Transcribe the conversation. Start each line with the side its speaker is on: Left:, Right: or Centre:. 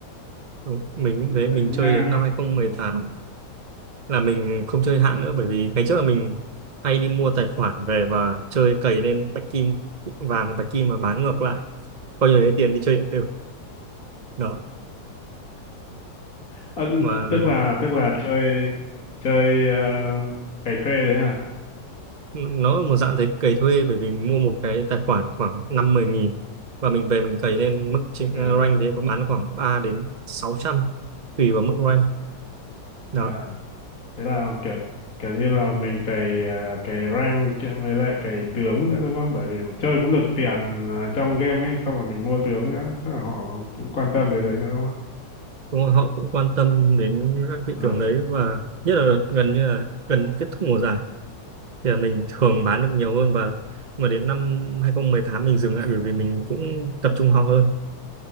Right: đúng. Mình cũng
Left: Ừ,
Right: thế,
Left: đánh
Right: mình chơi
Left: à,
Right: đến
Left: à,
Right: năm hai không
Left: ừ,
Right: một tám là mình không chơi hạng
Left: ừ.
Right: nữa bởi vì ngày trước là mình hay đi mua tài khoản về và chơi cày lên bạch kim vàng hoặc bạch kim và bán ngược lại coi như lấy tiền đi chơi điện tử đó
Left: Ờ,
Right: và
Left: tức là tức là chơi chơi à, cày thuê đấy à
Right: nó là một dạng thế cày thuê bởi vì mình mua một cái tài khoản khoảng năm mười nghìn và mình về mình cày lên mức chính-
Left: Ờ,
Right: rank thế có bán khoảng 3 đến sáu trăm tùy vào mức rank đó
Left: ờ, thế là kiểu kiểu như là mình cày à, cày rank kia với lại cày tướng nữa đúng không bởi vì chơi cũng được tiền à, trong game ấy xong rồi mình mua tướng nữa chắc là họ cũng quan tâm đến đấy nữa đúng không
Right: Đúng rồi, họ cũng quan tâm đến các thị
Left: à,
Right: trường đấy và nhất là đợt gần như là gần kết thúc mùa giải thì là mình thường bán được nhiều hơn và mà đến năm 2018 mình dừng lại bởi vì mình cũng tập trung học hơn.